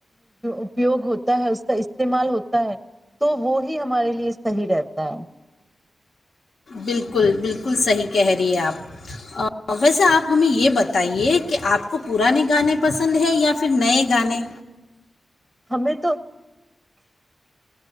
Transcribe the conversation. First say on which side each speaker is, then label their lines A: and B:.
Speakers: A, in the centre; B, on the left.
A: اپیوگ ہوتا ہے اس کا استعمال ہوتا ہے تو وہ ہی ہمارے لیے صحیح رہتا ہے
B: بالکل بالکل صحیح کہہ رہی ہے آپ ویسے آپ ہمیں یہ بتائیے کہ آپ کو پرانے گانے پسند ہیں یا پھر نئے گانے
A: ہمیں تو